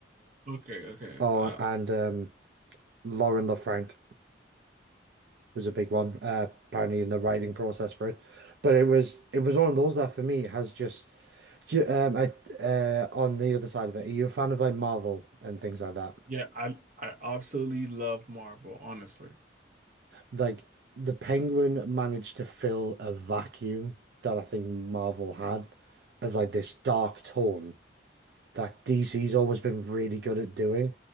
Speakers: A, on the right; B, on the right.
A: Okay, okay.
B: or
A: Uh,
B: and um Lauren LaFranc. was a big one, uh, apparently in the writing process for it. But it was it was one of those that for me has just ju- um I uh on the other side of it, are you a fan of like Marvel and things like that?
A: yeah, I I absolutely love Marvel, honestly.
B: Like the Penguin managed to fill a vacuum that I think Marvel had of like this dark tone that DC's always been really good at doing,